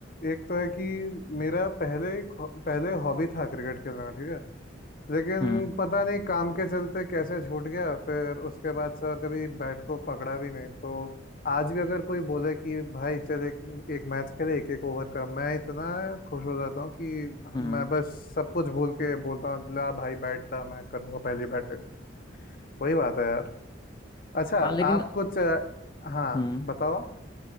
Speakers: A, on the left; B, on the left.
A: एक तो है कि मेरा पहले पहले हॉबी था क्रिकेट खेलना ठीक है लेकिन
B: हम्म
A: पता नहीं काम के चलते कैसे छूट गया फिर उसके बाद से और कभी बैट को पकड़ा भी नहीं तो आज भी अगर कोई बोले कि भाई चल एक एक मैच खेले एक एक ओवर का मैं इतना खुश हो जाता हूँ कि
B: हम्म
A: मैं बस सब कुछ भूल के बोलता हूँ ला भाई बैट ला मैं करूँगा पहली बैटिंग वही बात है यार अच्छा
B: हाँ लेकिन
A: आप कुछ अ, हाँ
B: हम्म
A: बताओ आप